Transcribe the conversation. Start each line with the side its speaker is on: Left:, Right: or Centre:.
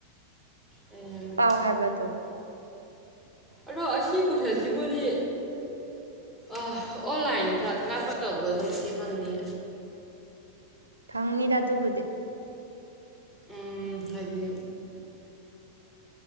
Centre: ꯑꯩꯅ ꯍꯩꯔꯣꯏꯗ꯭ꯔꯤꯁꯦ
Right: ꯄꯥꯎ ꯍꯥꯏꯕ ꯑꯗꯣ
Centre: ꯑꯗꯣ ꯑꯁꯤ ꯀꯣꯏꯁꯟ ꯁꯤꯕꯨꯗꯤ ꯑꯣꯟꯂꯥꯏꯟꯗ ꯊꯥꯒꯠꯄ ꯇꯧꯕꯗꯣ ꯑꯗꯨꯝ ꯁꯤ ꯐꯪꯅꯤ
Right: ꯐꯪꯅꯤꯗ ꯑꯗꯨꯕꯨꯗꯤ
Centre: ꯎ ꯍꯥꯏꯗꯤ